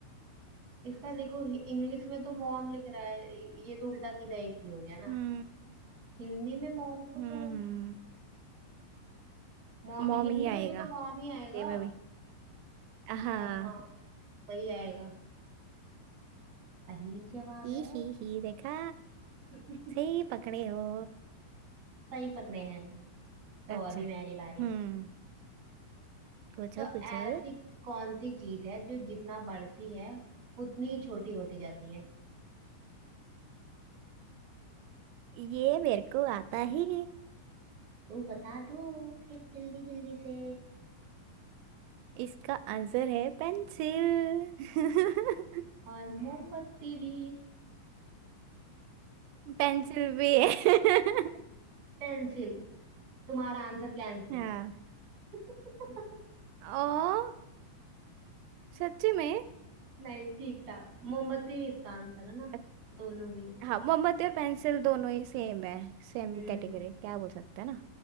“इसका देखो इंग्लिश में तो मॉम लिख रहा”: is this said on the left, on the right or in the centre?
Right